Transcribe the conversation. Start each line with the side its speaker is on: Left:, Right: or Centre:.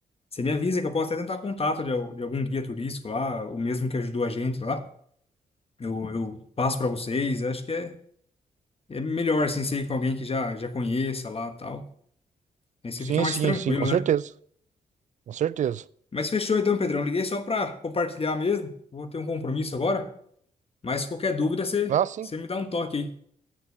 Left: você me avisa que eu posso até tentar contato de, al- de algum guia turístico lá, o mesmo que ajudou a gente lá. Eu, eu passo para vocês. Acho que é, é melhor assim ser com alguém que já, já conheça lá tal. Aí você
Right: Sim,
Left: fica mais
Right: sim,
Left: tranquilo,
Right: sim, com certeza.
Left: né?
Right: Com certeza.
Left: Mas fechou então, Pedrão. Liguei só para compartilhar mesmo. Vou ter um compromisso agora. Mas qualquer dúvida, você,
Right: Ah, sim.
Left: você me dá um toque aí.